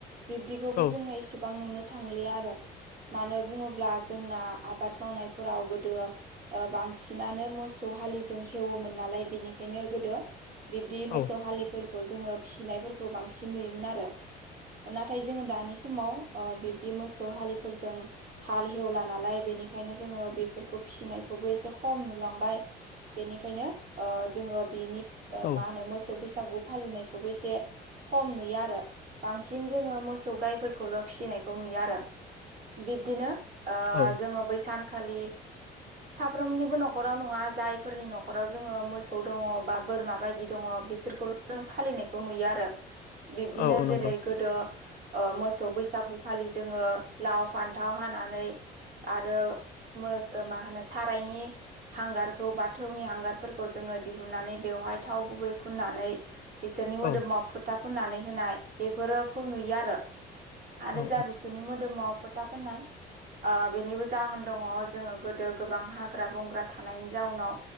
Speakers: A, on the right; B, on the left.
A: बिब्दिखौबो
B: औ
A: जोङो एसेबां नुनो थांलिया आरो मानो बुङोब्ला जोंना आबाद मावनायफोराव गोदो ओ बांसिनानो मोसौ हालिजों हेवोमोन नालाय बेनिखा बेखायनो गोदो बिब्दि मोसौ
B: औ
A: हालिफोरखौ जोङो फिसिनायफोरखौ खौ बांसिन नुयोमोन आरो नाथाय जोङो दानि समाव ओ बिब्दि मोसौ हालिफोरजों हाल हेवला नालाय बेनिखायनो जोङो बेफोरखौ फिसिनायखौबो एसे खम नुलांबाय बेनिखायनो ओ जोङो बिनि
B: औ
A: मा होनो मोसौ बैसागु फालिनाय खोबो एसे खम नुयो आरो बांसगन जोङो मोसौ गायखौ फोरखौल फिसिनायखौ नुयो आरो बिबदिनो ओ
B: औ
A: जोङो बैसागु खालि साफ्रोमनिबो न'खराव नङा जायफोरनि न'खराव जोङो मोसौ मोसौ दङ बा बोरमा बायदि दङ बिसोरखौ जों फालिनायखौ नुयो आरो बिब्दिनो
B: औ औ
A: जेरै
B: नंगौ
A: गोदो ओ मोसौ बैसागुखालि जोङो लाव फान्थाव हानानै आरो मो मा होनो सारायनि हांगारखौ बाथौनि हांगारफोरखौ जोङो दिहुननानै बेवहाय थाव गुबै फुननानै बिसोरनि मोदोमाव
B: औ
A: फु खोथा फोननानै होनाय बेफोरोखौ नुयो आरो आरो
B: औ
A: जा बिसोरनि मोदोमाव था फोनाय ओ बेनिबो जाहोन दङ जोङो गोदो गोबां हाग्रा बंग्रा थानायनि जाउनाव